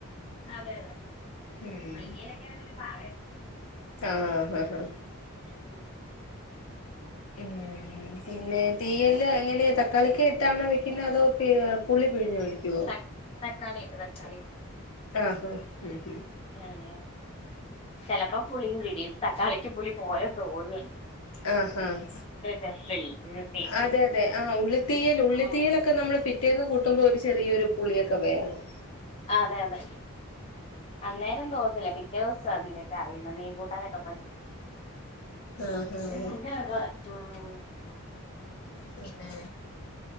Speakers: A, on the left; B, on the left.
A: അതെ അതെ
B: ഉം
A: പുളിതീയിലൊക്കെയാണെങ്കി പിന്നെ പറയണ്ട
B: ആഹ് ഹ ഹ
A: ഉം
B: ഉം പിന്നെ തീയല് എങ്ങനെയ ത ക്കാളിക്ക ഇട്ടാണൊ വെക്കുന്നെ അതൊ പുള്ളി പിഴിഞ്ഞൊഴിക്കുവോ
A: ത തക്കാളി ഇട്ട് തക്കാളിട്ട്
B: ആഹ് ആഹ്
A: ആ ല്ലെ ചെലപ്പം പുളീം പിഴിയും തക്കാളിക്ക് പുളി പോലെന്ന് തോന്ന്യ
B: ആഹ് ആഹ്
A: രസല്ലേ ടേസ്റ്റ്
B: അതെ അതെ ആഹ് ഉള്ളിത്തീയൽ ഉള്ളിത്തീയലൊക്കെ
A: ഉം
B: നമ്മള് പി പിറ്റേന്ന് കൂട്ടുമ്പൊ ഒരു ചെറിയൊരു പുളിയൊക്കെ വേണം
A: അതെ അതെ അന്നേരം തോന്നില്ല പിറ്റേസവ അതന്റേക്കെ അറിയുന്നെ മീങ്കൂട്ടാനൊക്കെ
B: ആഹ്
A: ആഹ്
B: ആഹ് പിന്നെ